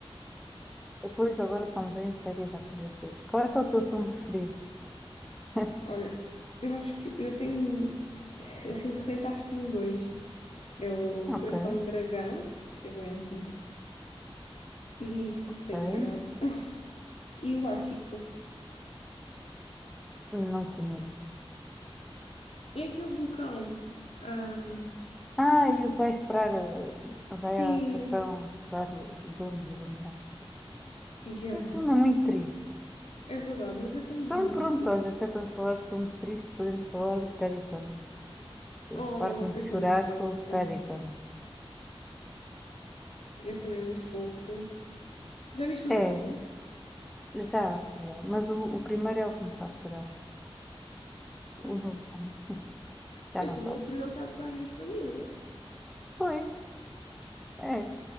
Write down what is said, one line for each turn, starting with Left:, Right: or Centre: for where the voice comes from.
Centre: depois agora são bem sérias a primeira Qual é que é o teu filme preferido? <laughs>
Left: Olha, eu acho que eu tenho, assim, de repente acho que tenho dois. É o
Centre: Ok,
Left: Coração de Dragão, que é bem antigo, e
Centre: ok.
Left: tem um dragão. E o Hachiko.
Centre: Não conheço.
Left: É aquele do cão. Ahm,
Centre: Ah, e vai esperar, eh,
Left: sim,
Centre: vai à estação lá do do dono do dono.
Left: yeah.
Centre: Esse filme é muito triste.
Left: É verdade, mas é tão bonito.
Centre: Então pronto, olha, se é para falar de filmes tristes, podemos falar do Paddington. Eu
Left: Oh,
Centre: parto-me de
Left: esse
Centre: chorar
Left: é muito fofo.
Centre: com o Paddington.
Left: Esse também é muito fofo. Já viste o
Centre: É,
Left: novo?
Centre: já, já. Mas o, o primeiro é o que me faz chorar.
Left: Ah,
Centre: O novo já não. Já
Left: Mas
Centre: não
Left: no
Centre: faço.
Left: outro ele já tem a família.
Centre: Pois, é,